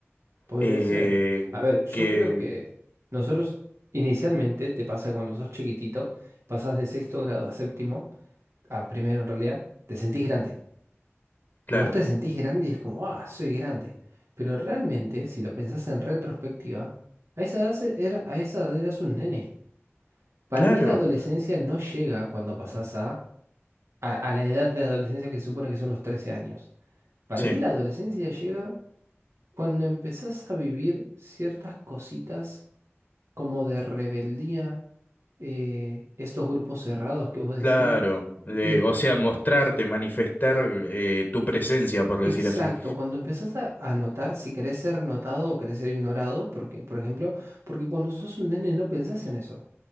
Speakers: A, on the right; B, on the left.
A: podría
B: eh,
A: ser. A ver, yo
B: que,
A: creo que nosotros inicialmente te pasa cuando sos chiquitito, pasás de sexto grado a séptimo, a primero en realidad, te sentís grande.
B: claro,
A: Y vos te sentís grande y es como, ah, soy grande. Pero realmente, si lo pensás en retrospectiva, a esa edad, se- era, a esa edad eras un nene. Para
B: claro,
A: mí la adolescencia no llega cuando pasás a, a, a la edad de adolescencia que se supone que son los 13 años. Para
B: sí,
A: mí la adolescencia llega cuando empezás a vivir ciertas cositas como de rebeldía, eh, estos grupos cerrados que vos decís,
B: claro. eh,
A: el,
B: o sea, mostrarte, manifestar eh, tu presencia, por
A: Exacto,
B: decir así.
A: cuando empezás a, a notar si querés ser notado o querés ser ignorado, porque, por ejemplo, porque cuando sos un nene no pensás en eso.